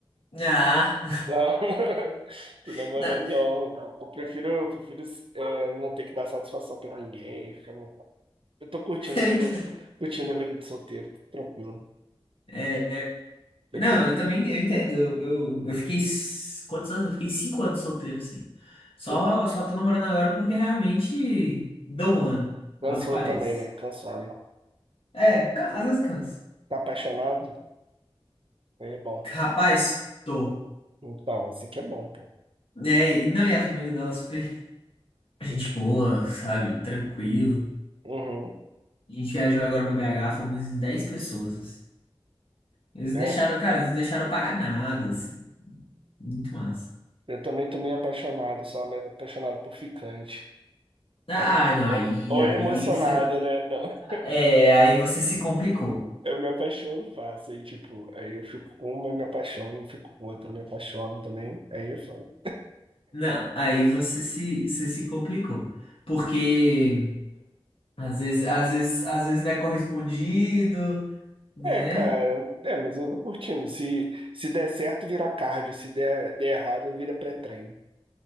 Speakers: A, on the left; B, on the right.
A: Ah,
B: Não, <laughs> tô
A: <laughs>
B: namorando,
A: não,
B: não. Eu prefiro, eu prefiro é, não ter que dar satisfação pra ninguém. Ficar Eu tô curtindo
A: <laughs> eu
B: a vida,
A: entendo.
B: curtindo a vida de solteiro, tô tranquilo.
A: É, é,
B: Eu
A: não,
B: tenho.
A: eu também eu entendo. Eu, eu fiquei. s- Quantos anos? Eu fiquei cinco anos solteiro, assim. Só,
B: Uhum.
A: só tô namorando agora porque realmente dou um ano
B: Cansou
A: É o que parece.
B: também, né? Cansou, né?
A: É, ca- às vezes cansa.
B: Tá apaixonado? Aí É bom.
A: Rapaz, Tô.
B: Então, assim que é bom, pô.
A: É, e não, e a família dela é super gente
B: Eu te-
A: boa, sabe? Tranquilo.
B: Uhum.
A: A gente viajou agora pra BH, fomos em 10 pessoas, assim. Eles
B: É,
A: deixaram, cara, eles não deixaram eu pagar nada, assim. Muito massa.
B: eu também tô meio apaixonado, só mais apaixonado por ficante.
A: Ah,
B: Aí-
A: não,
B: Ou
A: aí,
B: ou
A: aí,
B: é emocionado,
A: cê-
B: né? Não. <laughs>
A: é, aí você se complicou.
B: Eu me apaixono fácil. Aí, tipo, aí eu fico com uma, eu me apaixono, fico com outra, me apaixono também. Aí eu falo.
A: Não, aí você se, você se complicou. Porque às vezes, às vezes, às vezes não é correspondido, né?
B: É, cara, é, mas eu vou curtindo. Se, se der certo, vira cardio. Se der, der errado, vira pré-treino.